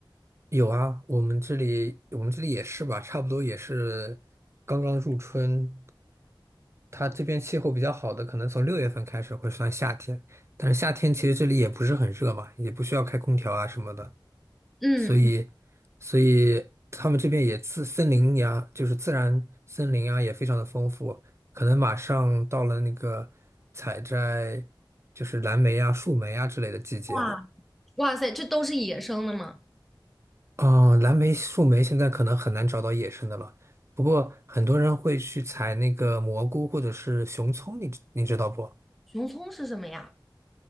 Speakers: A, on the right (about 35°); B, in the centre.
A: 有啊，我们这里我们这里也是吧，差不多也是刚刚入春，它这边气候比较好的，可能从六月份开始会算夏天，但是夏天其实这里也不是很热嘛，也不需要开空调啊什么的。
B: 嗯，
A: 所以，所以他们这边也自森林呀，就是自然森林啊，也非常的丰富。可能马上到了那个采摘，就是蓝莓啊、树莓啊之类的季节了。
B: 哇哇塞，这都是野生的吗？
A: 哦，蓝莓、树莓现在可能很难找到野生的了。不过很多人会去采那个蘑菇或者是熊葱，你知你知道不？
B: 熊葱是什么呀？